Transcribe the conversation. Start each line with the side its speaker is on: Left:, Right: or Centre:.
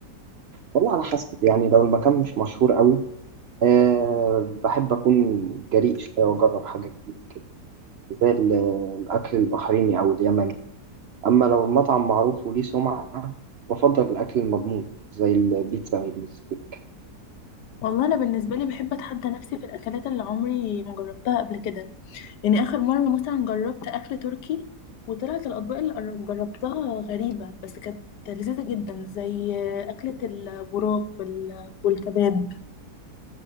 Right: والله على حسب يعني لو المكان مش مشهور قوي أه بحب أكون جريء شوية وأجرب حاجة جديدة كده زي ال- الأكل البحريني أو اليمني أما لو المطعم معروف وليه سمعة بفضل الأكل المضمون زي البيتزا والستيك
Left: والله انا بالنسبة لي بحب اتحدى نفسي في الاكلات اللي عمري ما جربتها قبل كده يعني اخر مرة مثلا جربت اكل تركي وطلعت الاطباق اللي قر- جربتها غريبة بس كانت لذيذة جدا زي آه، أكلة البراق وال- والكباب